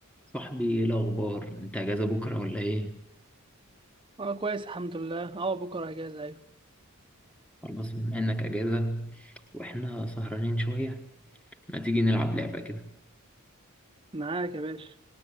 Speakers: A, in the centre; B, on the right (about 25°).
A: صاحبي ايه الاخبار انت اجازه بكره ولا ايه
B: اه كويس الحمد لله اه بكره اجازه ايوه
A: خلاص بما انك اجازه واحنا سهرانين شويه ما تيجي نلعب لعبه كده
B: معاك يا باشا